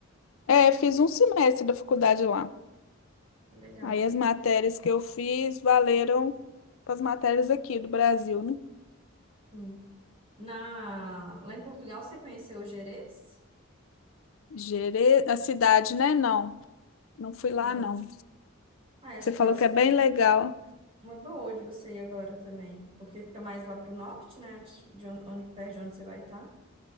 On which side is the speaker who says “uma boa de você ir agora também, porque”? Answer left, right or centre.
Right